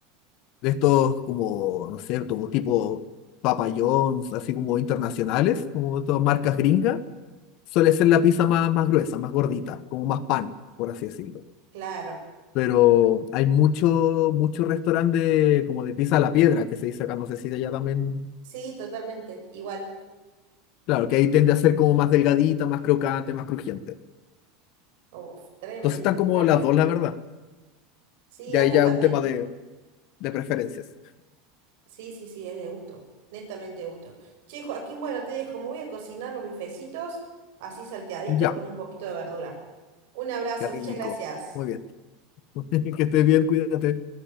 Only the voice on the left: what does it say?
de estos como, no sé, como tipo Papa John's, así como internacionales, como estas marcas gringas, suele ser la pizza más, más gruesa, más gordita, como más pan, por así decirlo.
pero hay mucho, mucho restaurante de- como de pizza a la piedra que se dice acá, no sé si allá también.
Claro, que ahí tiende a ser como más delgadita, más crocante, más crujiente.
Entonces están como
las dos, la verdad.
Ya
ahí ya
es un tema de, de preferencias.
Ya,
qué rico.
Muy bien. <laughs> Que estés bien, cuídate.